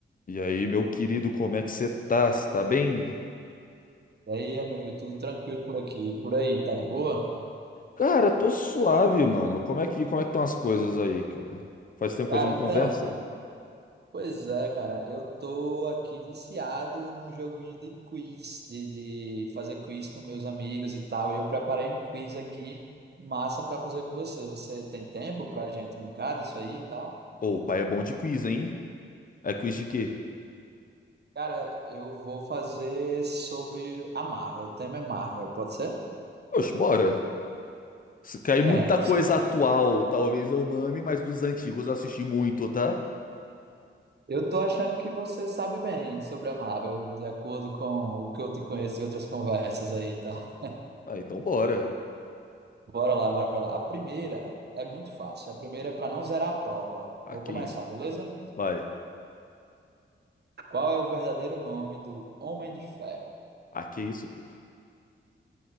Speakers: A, on the left; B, on the right.
A: E aí, meu querido, como é que você tá? Você tá bem?
B: E aí, amigo, tudo tranquilo por aqui? E Por aí, tá de boa?
A: Cara, tô suave, mano. Como é que, como é que estão as coisas aí, cara? Faz tempo
B: Cara,
A: que a gente não
B: então,
A: conversa?
B: pois é, cara, eu tô aqui viciado num joguinho de quiz, de, de fazer quiz com meus amigos e tal. E eu preparei um quiz aqui, massa pra fazer com você. Você tem tempo pra gente brincar disso aí e tal?
A: Ô, o pai é bom de quiz, hein? É quiz de quê?
B: Cara, eu vou fazer sobre a Marvel. O tema é Marvel, pode ser?
A: Oxe, bora. Se cair muita
B: É,
A: coisa atual, talvez eu mame, mas dos antigos eu assisti muito, tá?
B: eu tô achando que você sabe bem sobre a Marvel, de acordo com o que eu te conheço de outras conversas aí, tá?
A: Ah, então bora.
B: Bora lá, bora lá. A primeira é muito fácil. A primeira é para não zerar a prova.
A: Ah,
B: Vou
A: que
B: começar,
A: isso, pô.
B: beleza?
A: Vai.
B: Qual é o verdadeiro nome do Homem de Ferro?
A: Ah, que isso, pô.